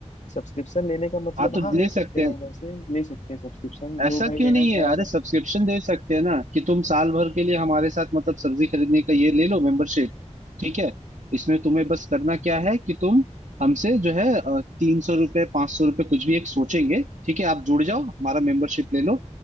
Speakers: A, on the left; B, on the right.
A: सब्सक्रिप्शन लेने का मतलब
B: हाँ तो
A: हाँ
B: ले
A: ले
B: सकते
A: सकते
B: हैं
A: हैं वैसे ले सकते हैं सब्सक्रिप्शन जो
B: ऐसा
A: भाई
B: क्यों
A: लेना
B: नहीं
A: चाहेगा
B: है अरे सब्सक्रिप्शन दे सकते हैं ना कि तुम साल भर के लिए हमारे साथ मतलब सब्जी खरीदने का ये ले लो मेंबरशिप ठीक है इसमें तुम्हें बस करना क्या है कि तुम हमसे जो है तीन सौ रुपये पांच सौ रुपये कुछ भी एक सोचेंगे ठीक है आप जुड़ जाओ हमारा मेंबरशिप ले लो